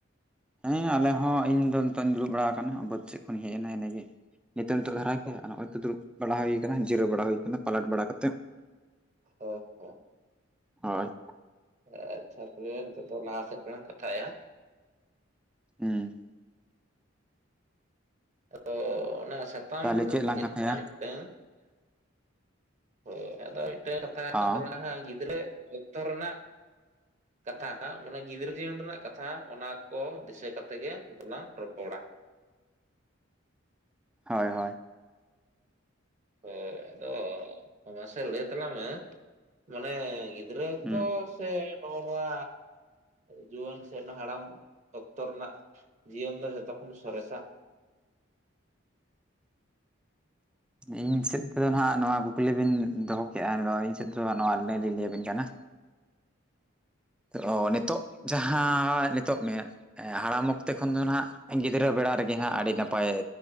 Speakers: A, in the centre; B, on the right.
A: ᱦᱮᱸ ᱟᱞᱮ ᱦᱚᱸ ᱤᱧᱫᱚ ᱱᱤᱛᱚᱧ ᱫᱩᱲᱩᱵ ᱵᱟᱲᱟ ᱠᱟᱱᱟ ᱵᱟᱹᱫᱽ ᱥᱮᱫ ᱠᱷᱚᱱᱤᱧ ᱦᱮᱡ ᱮᱱᱟ ᱮᱱᱮᱜᱮ᱾ ᱱᱤᱛᱚᱜ ᱱᱤᱛᱚᱜ ᱫᱷᱟᱨᱟ ᱜᱮ ᱟᱨ ᱚᱸᱜ-ᱚᱭ ᱱᱤᱛᱚᱜ ᱫᱩᱲᱩᱵ ᱵᱟᱲᱟ ᱦᱩᱭ ᱠᱟᱱᱟ ᱡᱤᱨᱟᱹᱣ ᱵᱟᱲᱟ ᱦᱩᱭ ᱠᱟᱱᱟ ᱯᱟᱞᱟᱴ ᱵᱟᱲᱟ ᱠᱟᱛᱮᱜ᱾
B: ᱦᱳᱭ ᱛᱚ᱾
A: ᱦᱳᱭ᱾
B: ᱟᱪᱪᱷᱟ ᱛᱚᱵᱮ ᱱᱤᱛᱚᱜ ᱫᱚ ᱞᱟᱦᱟ ᱥᱮᱫ ᱞᱟᱝ ᱠᱟᱛᱷᱟᱭᱟ᱾
A: ᱦᱩᱸ᱾
B: ᱟᱫᱚ ᱚᱱᱟ ᱥᱟᱛᱟᱢ
A: ᱛᱟᱦᱚᱞᱮ
B: ᱫᱚ
A: ᱪᱮᱫ
B: ' <unintelligible>
A: ᱞᱟᱝ ᱠᱟᱛᱷᱟᱭᱟ
B: '᱾ ᱴᱟᱹᱝ ᱦᱳᱭ ᱟᱫᱚ ᱢᱤᱜᱴᱟᱹᱝ ᱠᱟᱛᱷᱟ ᱦᱩᱭᱩᱜ
A: ᱦᱚᱸ
B: ᱠᱟᱱ ᱛᱟᱞᱟᱝ-ᱟ ᱦᱟᱸᱜ ᱜᱤᱫᱽᱨᱟᱹ᱾ ᱛᱚ ᱨᱮᱱᱟᱜ᱾ ᱠᱟᱛᱷᱟ ᱴᱟᱜ ᱢᱟᱱᱮ ᱜᱤᱫᱟᱹᱨ ᱡᱤᱭᱚᱱ ᱨᱮᱱᱟᱜ ᱠᱟᱛᱷᱟ ᱚᱱᱟ ᱠᱚ ᱫᱤᱥᱟᱹ ᱠᱟᱛᱮ ᱜᱮ ᱫᱚᱞᱟᱝ ᱨᱚᱯᱚᱲᱟ᱾
A: ᱦᱳᱭ ᱦᱳᱭ᱾
B: ᱦᱳᱭ ᱟᱫᱚ ᱢᱟᱥᱮ ᱞᱟᱹᱭ ᱛᱟᱞᱟᱝ ᱢᱮ ᱢᱟᱱᱮ ᱜᱤ ᱨᱮᱥᱚ
A: ᱦᱩᱸ
B: ᱥᱮ ᱱᱚᱜ ᱱᱚᱣᱟ ᱡᱩᱣᱟᱹᱱ ᱥᱮ ᱱᱟ ᱦᱟᱲᱟᱢ ᱚᱠᱛᱚ ᱨᱮᱱᱟᱜ ᱡᱤᱭᱚᱱ ᱫᱚ ᱡᱚᱛᱚ ᱠᱷᱚᱱ ᱥᱚᱨᱮᱥᱟ᱾
A: ᱤᱧ ᱥᱮᱫ ᱛᱮᱫᱚ ᱱᱷᱟᱜ ᱱᱚᱣᱟ ᱠᱩᱠᱞᱤ ᱵᱤᱱ ᱫᱚᱦᱚ ᱠᱮᱜ-ᱟ ᱟᱫᱚ ᱤᱧ ᱥᱮᱫ ᱛᱮᱫᱚ ᱦᱟᱸᱜ ᱱᱚᱣᱟ ᱞᱟᱹᱭ ᱞᱤᱧ ᱞᱟᱹᱭ ᱟᱵᱮᱱ ᱠᱟᱱᱟ᱾ ᱛᱚ ᱱᱤᱛᱚᱜ ᱡᱟᱸᱦᱟ ᱱᱤᱛᱚᱜ ᱢᱮᱭᱟ ᱮᱸ ᱦᱟᱲᱟᱢ ᱚᱠᱛᱮ ᱠᱷᱚᱱ ᱫᱚ ᱱᱷᱟᱜ ᱜᱤᱫᱽᱨᱟᱹ ᱵᱮᱲᱟ ᱨᱮᱜᱮ ᱦᱟᱸᱜ ᱟᱰᱤ ᱱᱟᱯᱟᱭ